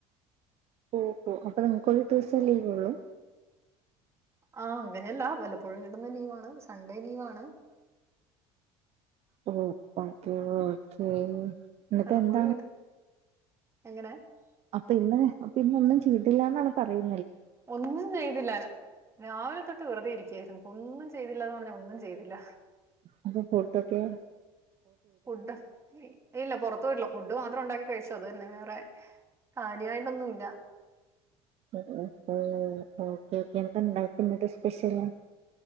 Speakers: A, on the right; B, on the right.
A: ഓ ഓ അപ്പ നിങ്ങക്കൊരു ദിവസം ലീവോള്ളൂ
B: ആഹ് അങ്ങനെല്ല വല്ലപ്പോഴും കിട്ടുന്ന ലീവാണ് സൺഡേ ലീവാണ്
A: ഓ ഓക്കെ ഓക്കെ എന്നിട്ടെന്താണ്?
B: വല്ലപ്പോഴും കിട്ടും അങ്ങനെ
A: അപ്പ ഇന്ന് അപ്പ ഇന്ന് ഒന്നും ചെയ്തില്ലന്നാണോ പറയ്
B: ഒന്നും ചെയ്തില്ല രാവിലെ തൊട്ട് വെർതെ ഇരിക്കായിരുന്നു ഒന്നും ചെ ചെയ്തില്ലാന്ന് പർഞ്ഞ ഒന്നും ചെയ്തില്ല
A: അപ്പോ ഫുഡോക്കെ
B: ഫുഡ് ഇല്ല പോർത്ത് പോയിട്ടില്ല ഫുഡ് മാത്രം ഉണ്ടാക്കി കഴിച്ച് ട്ട് അത് തന്നെ വേറെ കാര്യായിട്ടൊന്നുല്ല
A: <unintelligible> ഓക്കെ ഓക്കെ എന്താ ഇണ്ടാക്കിയെ ഞ്ഞ്ട്ട് സ്പെഷ്യല്